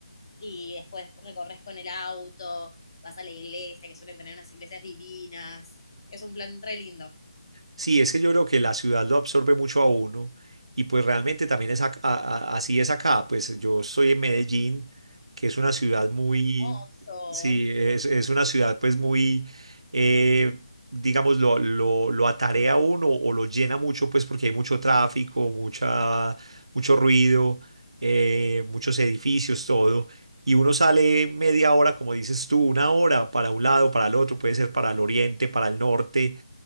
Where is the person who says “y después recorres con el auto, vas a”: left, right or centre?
Left